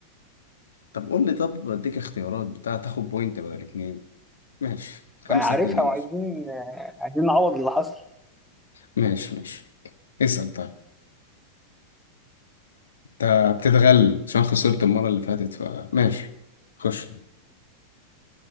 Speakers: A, on the left; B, in the centre.
A: طب قول لي طب بديك اختيارات بتاع تاخد بوينت بدل اتنين ماشي خمسة
B: بقى عارفها
A: اتنين يا باشا
B: وعايزين آه، عايزين نعوض اللي حصل
A: ماشي ماشي اسأل طيب انت بتتغل عشان خسرت المرة اللي فاتت فماشي خش